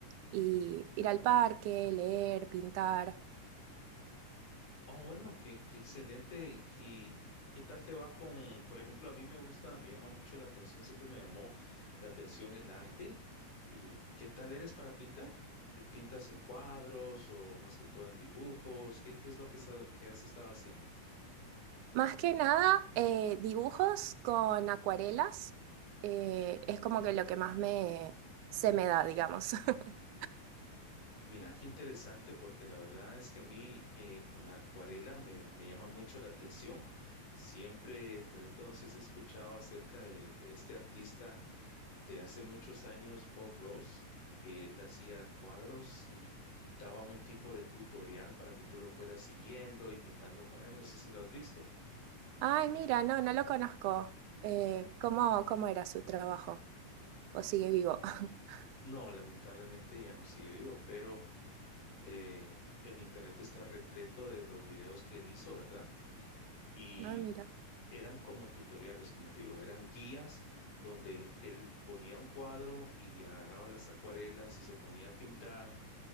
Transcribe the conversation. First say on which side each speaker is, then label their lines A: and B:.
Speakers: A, on the right; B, on the left.
A: y ir al parque, leer, pintar.
B: Oh, bueno, qué, qué excelente. ¿Y qué, qué tal te va con, por ejemplo, a mí me gusta, me llama mucho la atención, siempre me llamó la atención el arte. ¿Y qué tal eres para pintar? ¿Y ¿Pintas en cuadros o más que todo en dibujos? ¿Qué, qué es lo que, sa- que has estado haciendo?
A: Más que nada, eh, dibujos con acuarelas, eh, es como que lo que más me, se me da, digamos. <laughs>
B: Mira, qué interesante, porque la verdad es que a mí eh, con la acuarela me, me llama mucho la atención. Siempre, por ejemplo, no sé si has escuchado acerca de, de este artista de hace muchos años, Bob Ross, que él hacía cuadros y daba un tipo de tutorial para que tú lo fueras siguiendo y pintando con él. No sé si lo has visto.
A: Ay, mira, no, no lo conozco. Eh, ¿cómo, cómo era su trabajo? o sigue vivo. <laughs>
B: No, lamentablemente ya no sigue vivo, pero eh, el internet está repleto de los videos que él hizo, ¿verdad? Y
A: Ah, mira.
B: eran como tutoriales, como te digo, eran guías donde él ponía un cuadro y agarraba las acuarelas y se ponía a pintar